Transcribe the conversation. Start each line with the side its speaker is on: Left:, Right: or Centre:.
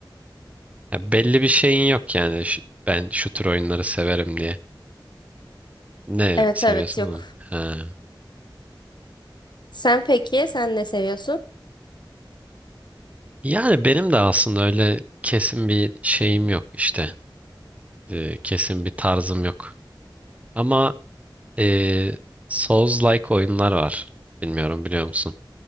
Right: Ya belli bir şeyin yok yani. Ş- Ben şu tür oyunları severim diye. Ne
Left: Evet
Right: seviyorsan
Left: evet yok.
Right: oyun. Ha.
Left: Sen peki, sen ne seviyorsun?
Right: Yani benim de aslında öyle kesin bir şeyim yok işte. Ee, kesin bir tarzım yok. Ama eee Souls-like oyunlar var. Bilmiyorum biliyor musun?